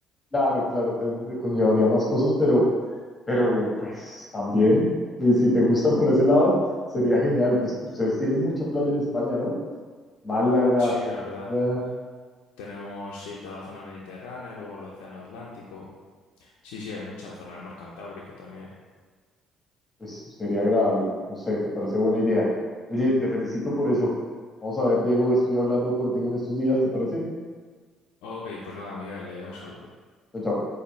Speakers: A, on the left; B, on the left.
A: claro, claro, te, te conllevaría más cosas, pero, pero pues también, eh, si te gusta por ese lado, sería genial. Pues ustedes tienen mucha playa en España, ¿no? Málaga,
B: Sí,
A: Sevilla.
B: la verdad. Tenemos, sí, toda la zona mediterránea, luego el océano Atlántico. Sí, sí, hay mucha zona, el mar Cantábrico también.
A: pues sería agradable. No sé, me parece buena idea. Oye, te felicito por eso. Vamos a ver, Diego, estoy hablando contigo en estos días, ¿te parece?
B: Ok, pues nada, Miguel, eh, un saludo.
A: Chao, chao.